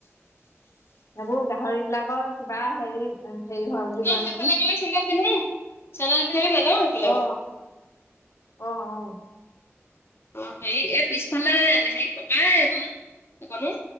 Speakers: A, on the left; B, on the left.
A: এইবোৰ গাহৰি বিলাকৰ কিবা হেৰি, হেৰি হয় বুলি
B: ন
A: কয়
B: সেইফালে
A: নহয়।
B: চেন্দেল পিন্ধো, চেন্দেল নিপিন্ধাকে নাযাওঁ মানে সেইফালে
A: অ
B: গ'লে।
A: অ', অ'।
B: অ', হেৰি, এই পিছফালে হেৰি পকাই বাৰু। সেইকনো,